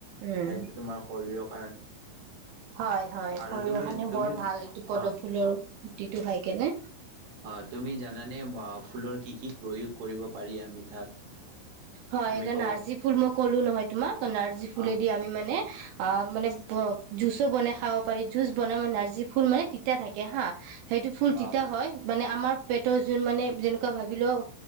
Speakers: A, on the right (about 80°); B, on the right (about 50°).
A: উম
B: সেইটো ় <unintelligible>
A: হয় হয়
B: আৰু
A: শৰীৰখনে
B: তুমি তুমি
A: বৰ ভাল এইটো
B: অ'।
A: পদম ফুলৰ গুতিটো হয় কেনে
B: অ তুমি জানানে ফুলৰ কি কি প্ৰয়োগ কৰিব পাৰি আমি তাক
A: হয়
B: তুমি
A: এটা
B: ক'ব
A: নাৰ্জী ফুল মই ক'লো নহয় তোমাক নাৰ্জী ফুলেদি
B: অ',
A: আমি মানে অ মানে জুচো বনাই খাব পাৰি জুচ বনাই মে নাৰ্জী ফুল মানে তিতা থাকে হা সেইটো ফুল তিতা
B: অ',
A: হয় মানে আমাৰ পেটৰ যোন মানে যেনেকুৱা ভাবি লও